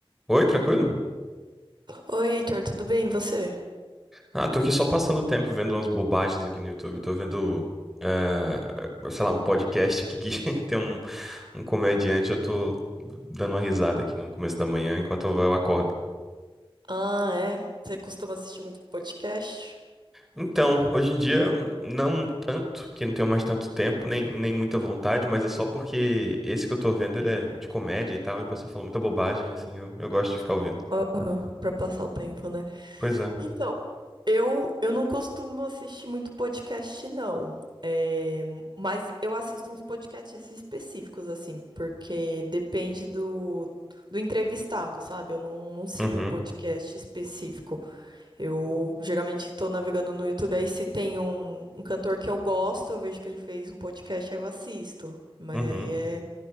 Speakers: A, in the centre; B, on the right.
A: Oi, tranquilo?
B: Oi, Heitor, tudo bem? E você?
A: Ah, tô aqui só passando o tempo vendo umas bobagens aqui no YouTube. Tô vendo, eh, sei lá, um podcast aqui que <laughs> tem um, um comediante. Eu tô dando uma risada aqui no começo da manhã enquanto eu, eu acordo.
B: Ah, é? Você costuma assistir muito podcast?
A: Então, hoje em dia, não tanto, porque não tenho mais tanto tempo, nem, nem muita vontade, mas é só porque esse que eu tô vendo, ele é de comédia e tal, e o pessoal fala muita bobagem, assim, eu, eu gosto de ficar ouvindo.
B: Aham, pra passar o tempo, né?
A: Pois é.
B: Então, eu, eu não costumo assistir muito podcast, não. É, mas eu assisto uns podcasts específicos, assim, porque depende do, do entrevistado, sabe? Eu não, não sigo
A: Uhum,
B: um podcast específico. Eu geralmente tô navegando no YouTube, aí se tem um, um cantor que eu gosto, eu vejo que ele fez um podcast, aí eu assisto. Mas
A: uhum,
B: aí é.